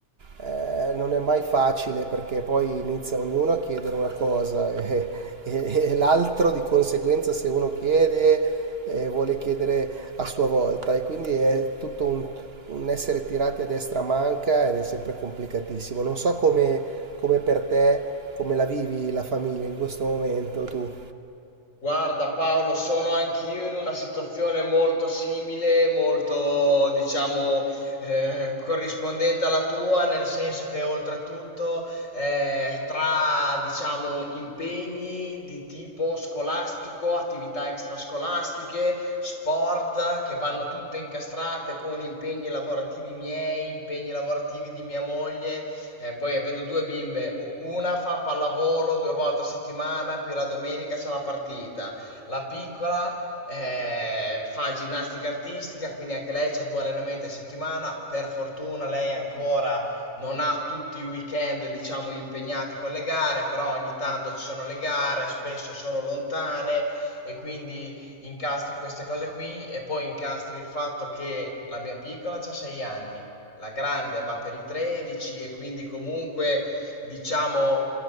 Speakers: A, on the right (about 50°); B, on the left (about 65°).
A: eh, non è mai facile perché poi inizia ognuno a chiedere una cosa e, e- e l'altro di conseguenza se uno chiede eh, vuole chiedere a sua volta e quindi è tutto un, un essere tirati a destra manca ed è sempre complicatissimo. Non so come, come per te, come la vivi la famiglia in questo momento tu.
B: Guarda Paolo, sono anch'io in una situazione molto simile, molto diciamo eh, corrispondente alla tua, nel senso che oltretutto eh, tra diciamo impegni di tipo scolastico, attività extrascolastiche, sport che vanno tutte incastrate con impegni lavorativi miei, impegni lavorativi di mia moglie, e poi avendo due bimbe, u- una fa pallavolo due volte a settimana, più la domenica c'è la partita. La piccola eh, fa ginnastica artistica, quindi anche lei ha due allenamenti a settimana. Per fortuna lei ancora non ha tutti i weekend, diciamo, impegnati con le gare, però ogni tanto ci sono le gare, spesso sono lontane e quindi incastri queste cose qui e poi incastri il fatto che la mia piccola ha sei anni la grande va per i 13 e quindi comunque diciamo